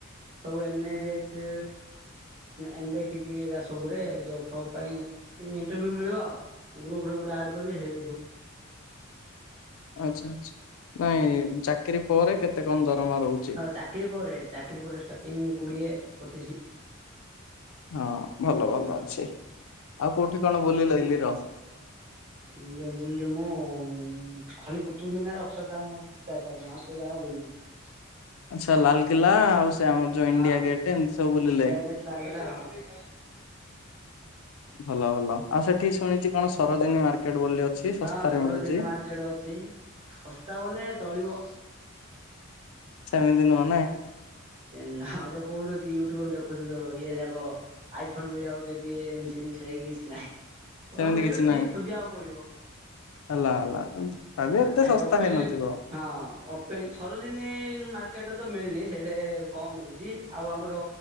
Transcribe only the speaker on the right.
ସବୁ ଏନଏବିଏଚ ଏମବିଏ ଏସବୁ ରେ ଜବ ଫବ ପାଇଁ ଇଣ୍ଟଭୁ ମିଳିବ ଆଉ ଗ୍ରୁପ ଗୋଟେ ଆଡ କରିବେ <unintelligible>
ଆଉ ଚାକିରି ପରେ ଚାକିରି ପରେ ଷ୍ଟାର୍ଟିଂ କୁଡ଼ିଏ ପଚିଶି।
ହଁ।
ଦିଲ୍ଲୀ ରେ ବୁଲିଲି ମୁଁ ଖାଲି କୁତୁ ମିନାର, ଅସର ଦା ଯାଇପାରିଲୁନି ଆଉ ସବୁ ଯାଗା ବୁଲିଲୁ।
ହଁ
ଇଣ୍ଡିଆ ଗେଟ୍ ଲାଗିଲା ହଁ
ହଁ ସରୋଜିନୀ
ମାର୍କେଟ ଅଛି। ଶସ୍ତା ବୋଲେ ତଳିବ
<unintelligible> ଆଉ ଯୋଉ କହୁଛ ୟୁଟ୍ୟୁବରେ ଦେଖୁଛୁ ଯୋଉ ଇଏ ଯାକ ଆଇ ଫୋନ୍ ମିଳିବ ଯଦି ସେମିତି ସେ କିଛି ନାହିଁ।
ହଁ ମିଳୁଛି
ଖୋଜିବାକୁ ପଡିବ।
ତାଙ୍କ
ଓପେନଲି
ହଁ ଅପେଲ ସରୋଜିନି ମାର୍କେଟରେ ତ ମିଳିନି। ସେଇଟେ କମ ମିଳୁଛି ଆଉ ଆମର